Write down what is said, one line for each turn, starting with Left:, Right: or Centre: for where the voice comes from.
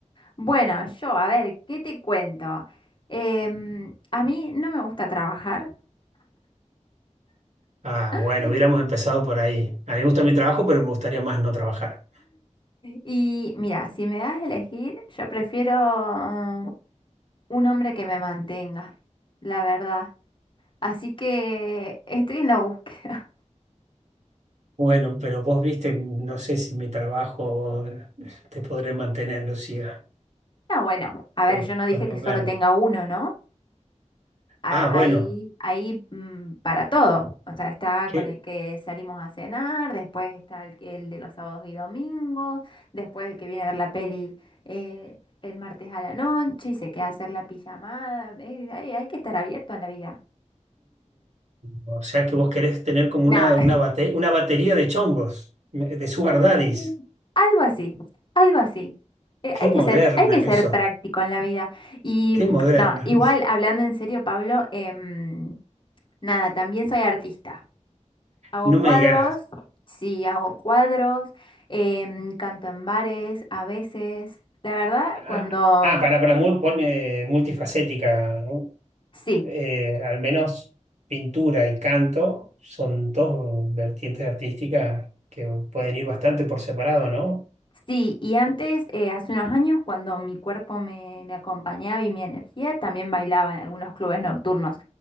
Left: Bueno, yo, a ver, ¿qué te cuento? Em, a mí no me gusta trabajar.
Right: Ah,
Left: <laughs>
Right: bueno, hubiéramos empezado por ahí. A mí me gusta mi trabajo, pero me gustaría más no trabajar.
Left: Y mira, si me das a elegir, yo prefiero mm, un hombre que me mantenga, la verdad. Así que estoy en la búsqueda.
Right: Bueno, pero vos viste, no sé si mi trabajo te podré mantener, Lucía,
Left: No, bueno, a
Right: por,
Left: ver, yo no dije
Right: por no
Left: que solo
Right: ganar.
Left: tenga uno, ¿no? Ha-
Right: Ah, bueno,
Left: Hay, hay mm, para todo. O sea, está
Right: que,
Left: con el que salimos a cenar, después está el, que- el de los sábados y domingos, después el que viene a ver la peli eh, el martes a la noche y se queda a hacer la pijamada. Eh, hay, hay que estar abierto en la vida.
Right: o sea que vos querés tener como
Left: Nada,
Right: una,
Left: <laughs>
Right: una, bate- una batería de chongos, de sugar
Left: Mm,
Right: daddies.
Left: algo así, algo así. Eh,
Right: Qué
Left: hay
Right: moderna
Left: que ser, hay que ser
Right: que sos,
Left: práctico en la vida. Y
Right: qué
Left: mm,
Right: moderna.
Left: no, igual
Right: <laughs>
Left: hablando en serio, Pablo, em, Nada, también soy artista. Hago
Right: No
Left: cuadros,
Right: me digas.
Left: sí, hago cuadros, em, canto en bares a veces. La verdad,
Right: Ah,
Left: cuando...
Right: ah, para, para mul- pol- eh, multifacética, ¿no?
Left: Sí,
Right: Eh, al menos pintura y canto son dos vertientes artísticas que pueden ir bastante por separado, ¿no?
Left: sí. Y antes, eh, hace unos años, cuando mi cuerpo me, me acompañaba y mi energía, también bailaba en algunos clubes nocturnos.